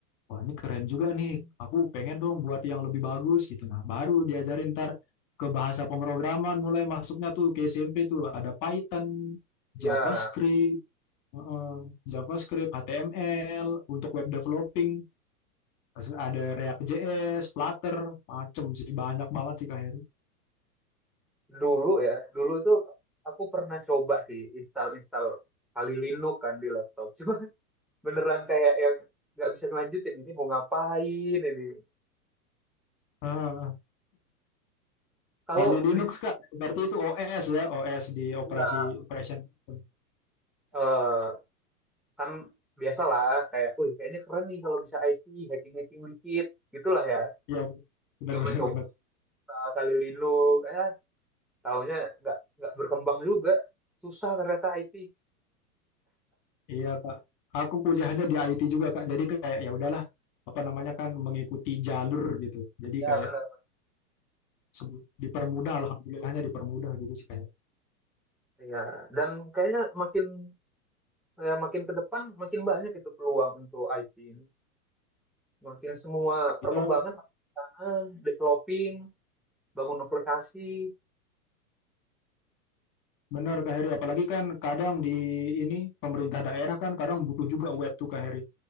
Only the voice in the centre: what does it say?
ya
Dulu ya, dulu tuh aku pernah coba sih install-install kali Linux kan di laptop. Cuma beneran kayak yang nggak bisa ngelanjutin ini mau ngapain ini
kalau
di
ya,
eh, kan biasalah kayak wih kayaknya keren nih kalau bisa IT hacking hacking dikit gitulah ya
coba-coba
kali Linux eh tahunya nggak nggak berkembang juga susah ternyata IT
ya
benar
ya dan kayaknya makin ya, makin ke depan makin banyak itu peluang untuk IT ini makin semua
perkembangan makin ke sana developing bangun aplikasi